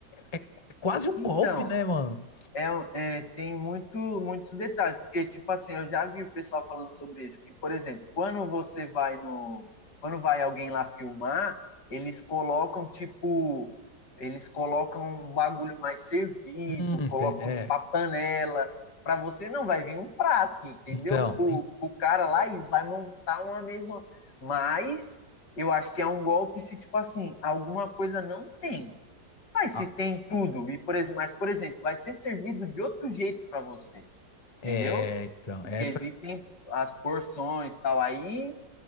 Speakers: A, on the left (about 30°); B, on the left (about 65°).
A: é é quase um
B: Então,
A: golpe, né, mano?
B: É, um, é, tem muito, muitos detalhes, porque, tipo assim, eu já vi o pessoal falando sobre isso, que, por exemplo, quando você vai no, quando vai alguém lá filmar, eles colocam, tipo, eles colocam um bagulho mais servido,
A: Hum,
B: colocam,
A: tem- é.
B: tipo, a panela, para você não vai vir um prato, entendeu?
A: Então,
B: Pro,
A: em-
B: pro cara lá, eles vai montar uma mesa, mas eu acho que é um golpe se, tipo assim, alguma coisa não tem, mas
A: ah,
B: se tem tudo, e por exemplo, mas por exemplo, vai ser servido de outro jeito para você,
A: é,
B: entendeu?
A: então,
B: Porque
A: essa
B: existem as porções tal, aí,